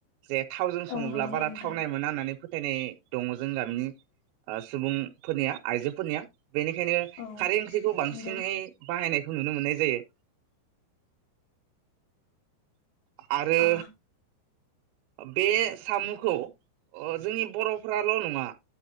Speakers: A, on the right; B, on the left.
A: जे थावजों
B: औ
A: सङोब्ला
B: नंगौ
A: बारा
B: नोंथां
A: थावनाय मोना होननानै फोथायनाय दङ जों गामिनि ओ सुबुंफोरनिया आइजोफोरनिया बेनिखायनो
B: औ
A: खारै ओं जिखौ बांसिनै
B: नंगौ
A: बाहायनाय नुनो मोननाय जायो। आरो
B: अ
A: बे साम'खौ ओ जोंनि बर'फ्राल' नङा